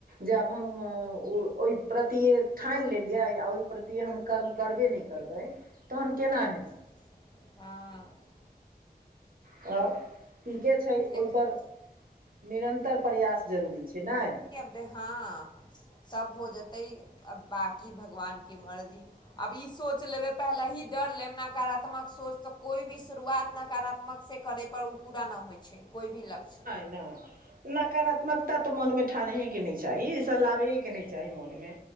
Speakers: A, on the right (about 60°); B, on the left (about 25°).
A: जे आब हम ओहि प्रति ठानि लेलियै आ ओहि प्रति हम कर्म करबे नहि करबै तहन
B: हँ
A: केना तब ठीके छै
B: देखै
A: ओहिपर
B: छी,
A: निरन्तर प्रयास जरूरी छै नैय
B: हँ सब हो जेतै अब बाकी भगवानके मर्जी आब ई सोच लेबै पहिले ही डर लेब नकारात्मक सोच तऽ कोइ भी शुरुआत नकारात्मक से करै पर ओ पूरा नहि होइ छै कोइ भी लक्ष्य
A: नाई नकारात्मकता तऽ मोनमे ठनहेके नहि चाही ई सब लाबहेके नहि चाही मोनमे